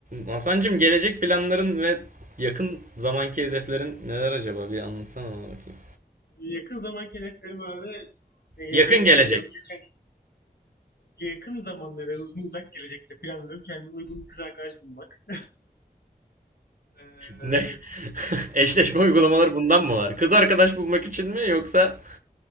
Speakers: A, on the right (about 55°); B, on the left (about 85°).
A: Hasan'cığım gelecek planların ve yakın zamanki hedeflerin neler acaba? Bir anlatsana bana bakayım.
B: Yakın zamanki hedeflerim abi e, gelecek
A: Yakın
B: planlarım
A: gelecek.
B: yakın, yakın zamanda ve uzun uzak gelecekte planlarım kendime uygun bir kız arkadaş bulmak. <laughs> ee,
A: Ne? <laughs> Eşleşme uygulamaları bundan mı var? Kız arkadaş bulmak için mi yoksa?